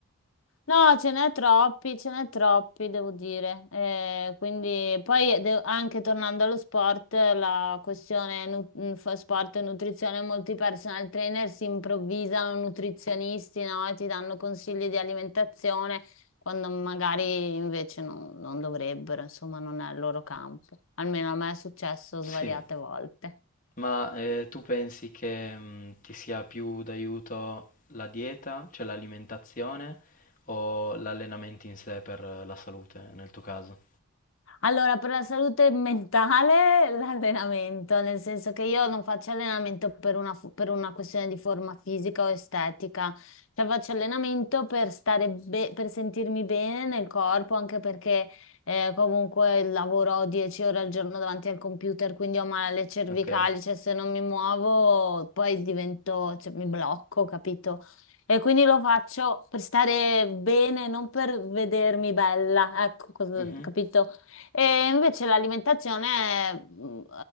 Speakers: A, on the left; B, on the left.
A: No, ce n'è troppi, ce n'è troppi, devo dire. Eh, quindi poi de- anche tornando allo sport, la questione nu- mm, fa- sport e nutrizione, molti personal trainer si improvvisano nutrizionisti, no? E ti danno consigli di alimentazione quando magari invece no- non dovrebbero, insomma, non è il loro campo. Almeno a me è successo
B: Sì,
A: svariate volte.
B: Ma eh, tu pensi che mm, ti sia più d'aiuto la dieta, cioè l'alimentazione, o l'allenamento in sé per eh, la salute, nel tuo caso?
A: Allora, per la salute mentale, <laughs> l'allenamento, nel senso che io non faccio allenamento per una, fu- per una questione di forma fisica o estetica, cioè faccio allenamento per stare be- per sentirmi bene nel corpo, anche perché eh, comunque lavoro 10 ore al giorno davanti al computer, quindi ho male alle cervicali,
B: Ok,
A: cioè se non mi muovo poi divento, cioè, mi blocco, capito? E quindi lo faccio per stare bene, non per vedermi bella, ecco, cosa-
B: Mhm,
A: capito? E invece l'alimentazione, mh,